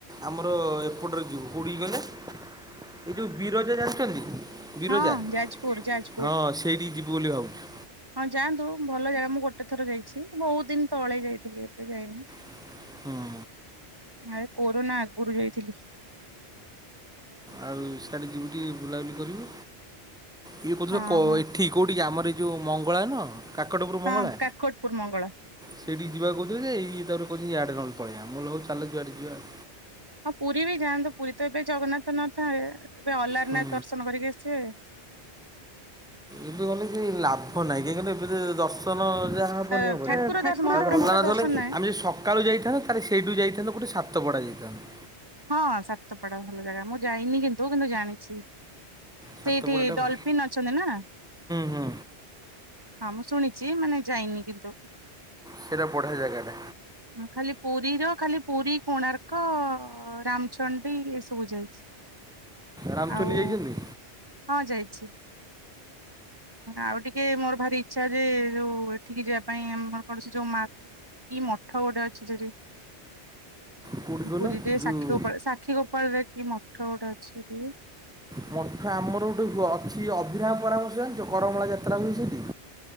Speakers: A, in the centre; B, on the right (about 20°).
A: ଆମର ଏପଟରେ ଯିବୁ। କୋଉଠି କି କହିଲେ <inaudible> ଏଇ ଯୋଉ ବିରଜା ଜାଣିଛନ୍ତି? ବିରଜା,
B: ହଁ ଯାଜପୁର
A: <inaudible>
B: ଯାଜପୁର।
A: ହଁ ସେଇଠିକି ଯିବୁ ବୋଲି ଭାବୁଛୁ।
B: ହଁ ଯାଆନ୍ତୁ ଭଲ ଜାଗା ମୁଁ ଗୋଟେ ଥର ଯାଇଛି। ବହୁତ ଦିନ୍ ତଳେ ଯାଇଥିଲି ଏବେ ଯାଇନି।
A: <inaudible> ହଁ।
B: ଘାଏ କୋରୋନା ଆଗରୁ ଯାଇଥିଲି।
A: ଆଉ ସିଆଡେ ଯିବୁ ଟିକେ ବୁଲାବୁଲି କରିବୁ। ଇଏ କୋଉଦିନ
B: ହଁ
A: କହିନି।
B: ହଁ
A: ଠିକ୍ କୋଉଠି ଆମର ଏ ଯେଉ ମଙ୍ଗଳା ନୁହଁ, କାକଟପୁର
B: ହଁ
A: ମଙ୍ଗଳା
B: କାକଟପୁର ମଙ୍ଗଳା।
A: ସେଇଠିକି ଯିବା କହୁଥିଲୁ ଯେ। ଏଇ ତାର କହୁଚି ଇଆଡେ ନ ହେଲେ ପଳେଇଆ। ଭଲ ହଉ ଚାଲ ହଉ ଯିବା ଆଉ।
B: ହଁ ପୁରୀ ବି ଯାଆନ୍ତୁ। ପୁରୀ ତ ଏବେ ଜଗନ୍ନାଥ ନଥାଏ। ଏବେ ଅଲାରନାଥ
A: ହୁଁ
B: ଦର୍ଶନ କରିକି ଆସିବେ।
A: ଏବେ ଗଲେ କିଛି ଲାଭ ନାଇଁ। କାଇ କହିଲେ ଦର୍ଶନ ଯାହା ହବନି
B: ତ
A: ହବନି।
B: ଠାକୁର
A: ତାପରେ
B: ଦର୍ଶ ମହାପ୍ରଭୁ
A: ଅଲାରନାଥ
B: ତ ଦର୍ଶନ
A: ଗଲେ
B: ନାହିଁ।
A: ଆମେ ଯଦି ସକାଳୁ ଯାଇଥାଏ ଆରେ ସେଇଠୁ ଯାଇଥାନ୍ତୁ। ଗୋଟେ ସାତପଡ଼ା ଯାଇଥାନ୍ତୁ।
B: ହଁ ସାତପଡା ଭଲ ଜାଗା। ମୁଁ ଯାଇନି କିନ୍ତୁ କିନ୍ତୁ ଜାଣିଚି। <inaudible>
A: ସାତପଡ଼ାଟା
B: ସେଇଠି ଡଲଫିନ୍
A: ହୁଁ
B: ଅଛନ୍ତି ନା <inaudible>
A: ହୁଁ
B: ନାମ ଶୁଣିଚି ମାନେ ଯାଇନି କିନ୍ତୁ।
A: ସେଇଟା ବଢ଼ିଆ ଜାଗାଟା
B: ଖାଲି ପୁରୀର ଖାଲି ପୁରୀ କୋଣାର୍କ ରାମ ଚଣ୍ଡି ଏସବୁ ଯାଇଛି
A: ରାମଚଣ୍ଡୀ
B: ଆଉ
A: ଯାଇଛନ୍ତି
B: ହଁ ଯାଇଚି ଆଉ ଟିକେ ମୋର ଭାରି ଇଛା ଯେ ଯୋଉ ଏଠିକି ଯିବା ପାଇଁ ଆମର କୌଣସି ଯୋଉ ମକ କି ମଠ ଗୋଟେ ଅଛି ସେଠି।
A: କୋଉଠି କହିଲ
B: ପୁରୀରେ
A: ଯୋଉ
B: ସାକ୍ଷୀ ଗୋପାଳ ସାକ୍ଷୀ ଗୋପାଳ ରେ କି ମଠ ଗୋଟେ ଅଛି ସେଠି।
A: ମଠ ଆମର ଗୋଟେ ଅଛି ଅଭିନାବ ପରାମର୍ଶ ଯୋ କରମଳା ଯାତ୍ରା ହୁଏ ସେଠି।